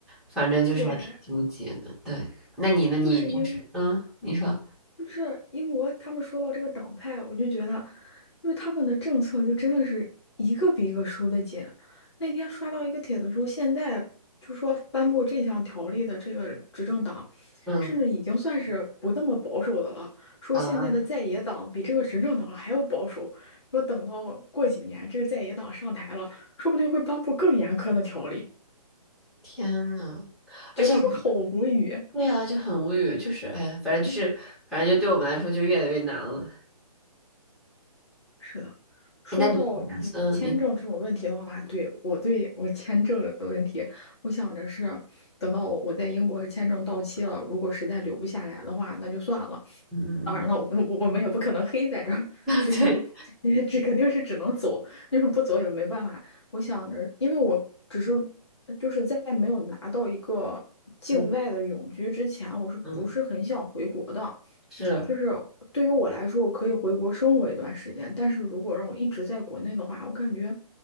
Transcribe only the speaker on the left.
对，
就是应
就是英国，他们说到这个党派，我就觉得，因为他们的政策就真的是一个比一个收的紧。那天刷到一个帖子说，现在就说颁布这项条例的这个执政党，
甚至已经算是不那么保守的了。说现在的在野党比这个执政党还要保守。
说等到过几年这个在野党上台了，说不定会颁布更严苛的条例，
就真的好无语。
是的，说到嗯签证这种问题的话，
对，我对我签证的问题，我想着是等到我在英国签证到期了，如果实在留不下来的话，那就算了。
当然了，我们我们也不可能黑在这儿，
就是
<laughs> 这肯定是只能走，就是不走也没办法。我想着，因为我只是就是在没有拿到一个境外的永居之前，
我是不是很想回国的？
就是对于我来说，我可以回国生活一段时间，但是如果让我一直在国内的话，我感觉